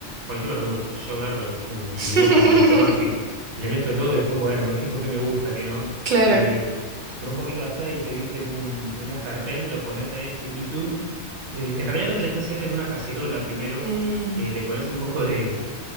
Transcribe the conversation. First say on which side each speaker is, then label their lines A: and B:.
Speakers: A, on the right (about 75°); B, on the right (about 50°).
A: cualquier verdura. Yo, yo agarro, voy a la verdulería,
B: <laughs>
A: compro todo así, le mezclo todo, después, bueno, me fijo qué me gusta, qué no.
B: Claro.
A: Eh, con un poquito de aceite, ¿viste? En, un- en una sartén, lo pones ahí, tu, tu, tu. Eh, en realidad lo tenés que hacer en una cacerola primero,
B: Mm,
A: eh, le pones un poco de,